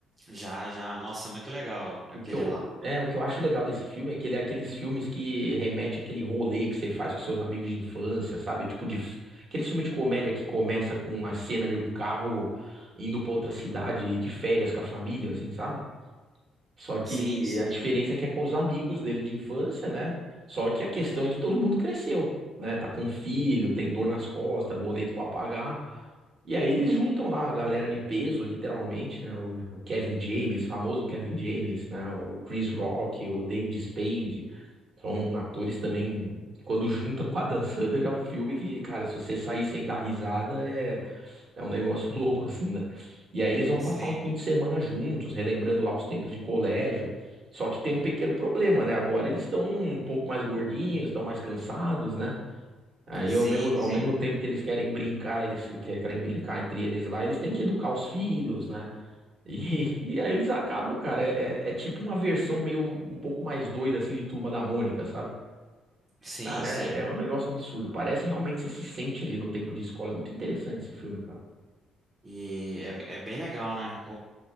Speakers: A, on the right (about 20°); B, on the right (about 50°).
A: Já, já. Nossa, muito legal aquele
B: O que eu,
A: lá.
B: é, o que eu acho legal desse filme é que ele é aqueles filmes que remete àquele rolê que você faz com seus amigos de infância, sabe? Tipo de, f- aquele filme de comédia que começa com a cena de um carro indo pra outra cidade de férias com a família, assim, sabe? Só que
A: Sim, sim,
B: a diferença é que é com os amigos dele de infância, né? Só que a questão é que todo mundo cresceu, né? Tá com filho, tem dor nas costas, boleto pra pagar. E aí eles juntam lá a galera de peso, literalmente, né? O, o Kevin James, famoso Kevin James, né? O Chris Rock, o David Spade. São atores também. Quando junta com a Dan Sandler, é um filme que, cara, se você sair sem dar risada, é é um negócio <laughs> louco, assim, né? E aí eles vão
A: sim,
B: passar um fim de semana juntos, relembrando lá os tempos de colégio. Só que tem um pequeno problema, né? Agora eles estão um pouco mais gordinhos, estão mais cansados, né? Aí
A: sim,
B: ao mesmo, ao
A: sim,
B: mesmo tempo que eles querem brincar, eles que- querem brincar entre eles lá, eles têm que educar os filhos, né? E, <laughs> e aí eles acabam, cara, é, é- é tipo uma versão meio um pouco mais doida, assim, de Turma da Mônica, sabe?
A: sim,
B: Cara,
A: sim.
B: é, é um negócio absurdo. Parece realmente que você se sente ali no tempo de escola. É muito interessante esse filme, cara.
A: E é, é bem legal, né?